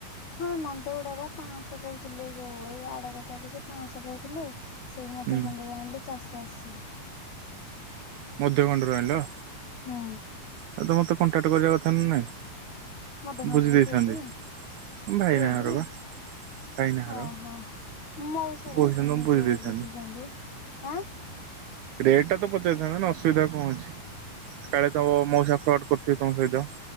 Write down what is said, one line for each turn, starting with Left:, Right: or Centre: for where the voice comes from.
Left: ହଁ ନନ୍ଦ ଗୁଡାକ ବା ପାଆଁଶ କୋହୁଥିଲେ ଯୋଉ ଏଇ ଆଡଗଟାରେ ଯେ ପାଆଁଶ କହୁଥିଲେ। ସେଇ ମଧ୍ୟ
Right: ହୁଁ
Left: ଖଣ୍ଡରୁ ଆଣିଲୁ ଚାରିଷ ଅଶୀ।
Right: ମଧ୍ୟଖଣ୍ଡ ରୁ ଆଣିଲ।
Left: ହୁଁ।
Right: ଆଉ ତମେ ମତେ କଣ୍ଟାକ୍ଟ କରିବା କଥା ନା ନାଇଁ।
Left: ମଧ୍ୟଖଣ୍ଡ
Right: ବୁଝି
Left: ରେ
Right: ଦେଇଥାନ୍ତି।
Left: କିଏ କି
Right: ଭାଇନାଘର
Left: କିଏ କି।
Right: ବା ଭାଇନାଘର
Left: ହଁ ହଁ ମଉସ
Right: କହିଥାନ୍ତ
Left: ବା ସିଏ
Right: ମୁଁ
Left: ନିଜେ
Right: ବୁଝି ଦେଇଥାନ୍ତି
Left: ବୁଝୁଛନ୍ତି ଆଁ।
Right: ରେଟ୍ ଟା ତ ପଚାରିଥାନ୍ତ ନା ଅସୁବିଧା କଣ ଅଛି କାଳେ ତମ ମଉସା ଫ୍ରଡ୍ କରୁଥିବେ ତମ ସହିତ।